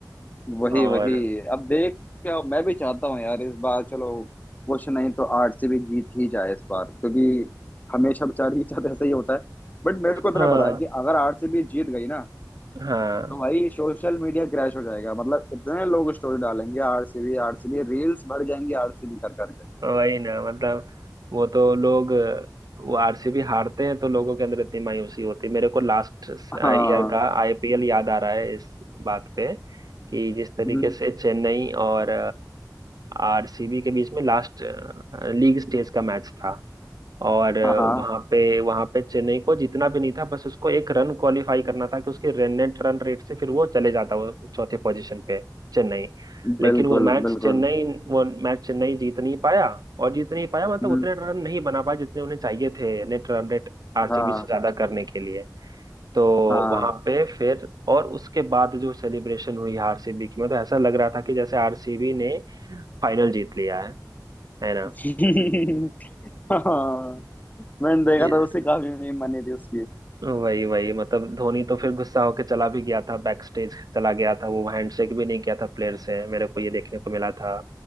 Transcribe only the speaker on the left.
वही
वही अब देख क्या मैं भी चाहता हूँ यार इस बार चलो कुछ नहीं तो आरसीबी जीत ही जाए इस बार क्योंकि हमेशा बेचारी <laughs> के साथ ऐसा ही होता है बट मेरे को इतना
पता है कि अगर आरसीबी जीत गई ना
तो भाई सोशल मीडिया क्रैश हो जाएगा मतलब इतने लोग स्टोरी डालेंगे आरसीबी आरसीबी रील्स भर जाएंगी आरसीबी कर करके
हाँ
हम्म,
हाँ हाँ
बिल्कुल
बिल्कुल
हम्म,
हाँ
हाँ
हम्म
<laughs> हाँ मैंने देखा
था उससे काफी मीम बनी थी उसकी